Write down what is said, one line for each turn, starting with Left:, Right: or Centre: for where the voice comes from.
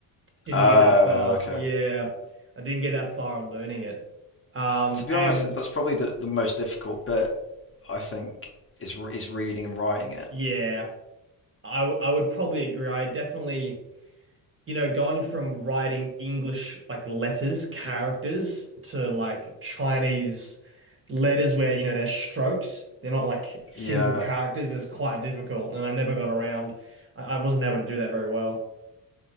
Right: Didn't
Left: Oh,
Right: get that far.
Left: okay.
Right: Yeah, I didn't get that far on learning it. Um,
Left: to be
Right: and
Left: honest, that's probably the, the most difficult bit, I think, is is reading and writing it.
Right: yeah, I w- I would probably agree. I definitely, you know, going from writing English like letters, characters to like Chinese letters where, you know, they're strokes, they're not like single
Left: Yeah,
Right: characters is quite difficult, and I never got around. I, I wasn't able to do that very well.